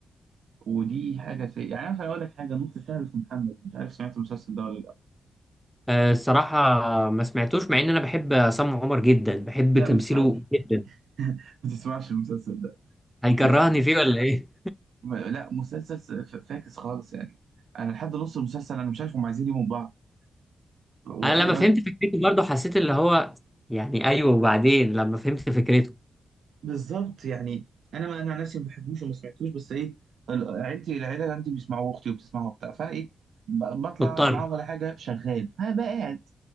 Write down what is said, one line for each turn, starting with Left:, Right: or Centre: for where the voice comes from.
Right: ودي حاجه سيئه يعني انا اقول لك حاجه نص شعر اسمه محمد مش عارف سمعت المسلسل ده ولا لا
Centre: آه، الصراحه ما سمعتوش مع ان انا بحب عصام عمر جدا بحب
Right: لا
Centre: تمثيله
Right: ما تسمعوش
Centre: جدا
Right: <laughs> ما تسمعش المسلسل ده
Centre: هيكرهني
Right: يعني
Centre: فيه ولا ايه
Right: ما- لا مسلسل س- ف- فاكس خالص يعني انا لحد نص المسلسل انا مش عارف هم عايزين يجيبوا من بعض وانا
Centre: انا لما فهمت فكرته برضه حسيت اللي هو يعني ايوه وبعدين لما فهمت فكرته
Right: بالظبط يعني انا ما انا عن نفسي ما بحبوش وما سمعتوش بس ايه ال- عيلتي العيله اللي عندي بيسمعوا اختي وبتسمعه وبتاع فانا ايه ب- بطلع
Centre: مضطر
Right: اقعد معاهم ولا حاجه شغال فبقى قاعد